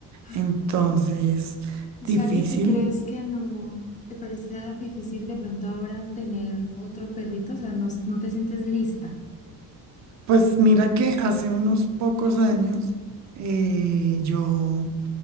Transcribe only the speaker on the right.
Entonces,
difícil.
Pues mira que hace unos pocos años eh, yo